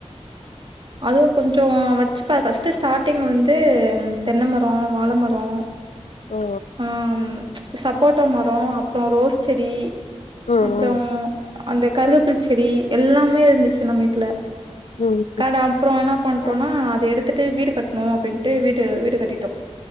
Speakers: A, on the right; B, on the left.
A: அதுவு கொஞ்சோ வச்சு பா ஃபஸ்ட் ஸ்டாட்டிங்ல வந்து. ம் தென்ன மரோ வாழ மரோ
B: ம் ஓ ஓ
A: உஹம். சப்போட்டா மரோ அப் புறோ ரோஸ் செடி
B: ம்
A: அப்புறோ
B: ம்
A: அந்த கருவேப்பளச்செடி எல்லாமே இருந்துச்சு நம்ம வீட்ல.
B: ம்
A: கான
B: ம்
A: அப்புறோ என்ன பண்ட்டோனா
B: ஓ
A: அத எடுத் த்துட்டு வீடு கட்டணு அப்டின்ட்டு வீட் ட்டு வீடு கட் டிட்டோ